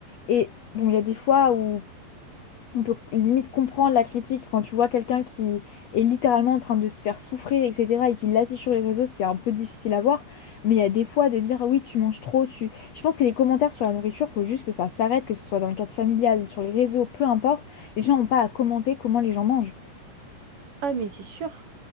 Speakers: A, on the left; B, on the right.
A: Et bon, il y a des fois où... on peut limite comprendre la critique quand tu vois quelqu'un qui est littéralement en train de se faire souffrir, etc., et qui l'affiche sur les réseaux, c'est un peu difficile à voir. Mais il y a des fois de dire, Ah oui, tu manges trop, tu... Je pense que les commentaires sur la nourriture, faut juste que ça s'arrête, que ce soit dans le cadre familial, sur les réseaux, peu importe. Les gens n'ont pas à commenter comment les gens mangent.
B: Ah, mais c'est sûr,